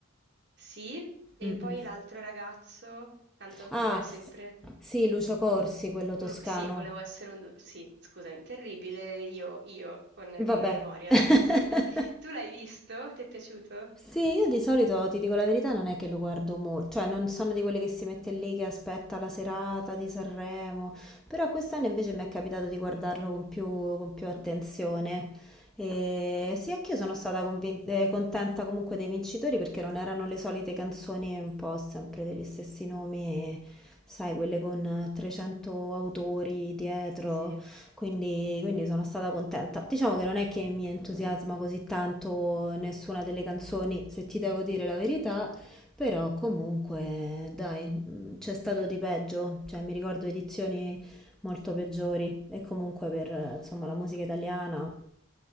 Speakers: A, on the right; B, in the centre.
A: Sì, e
B: Mm-mm.
A: poi l'altro ragazzo, cantautore
B: Ah,
A: sempre.
B: sì, Lucio Corsi, quello toscano.
A: Io Lo- Sì, volevo essere un... duro- Sì, scusami, terribile io, io con,
B: Vabbè.
A: con la memoria,
B: <laughs>
A: scusami. <laughs> Tu l'hai visto? Ti è piaciuto?
B: Sì, io di solito ti dico la verità, non è che lo guardo molto, cioè non sono di quelle che si mette lì che aspetta la serata di Sanremo, però quest'anno invece mi è capitato di guardarlo con più, con più attenzione.
A: <laughs>
B: E sì, anch'io sono stata convin- eh, contenta comunque dei vincitori perché non erano le solite canzoni un po' sempre degli stessi nomi, sai, quelle con 300 autori dietro.
A: Sì.
B: Quindi, quindi sono stata contenta. Diciamo che non è che mi entusiasma così tanto nessuna delle canzoni, se ti devo dire la verità, però comunque, dai, mh, c'è stato di peggio, cioè mi ricordo edizioni molto peggiori e comunque per, eh, insomma, la musica italiana.